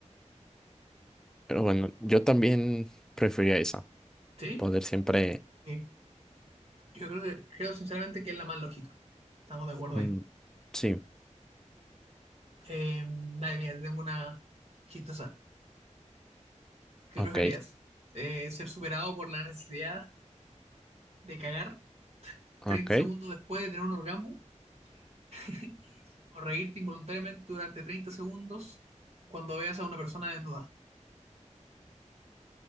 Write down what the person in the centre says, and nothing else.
Pero bueno, yo también prefería esa,
poder siempre...
mm,
sí,
ok,
ok.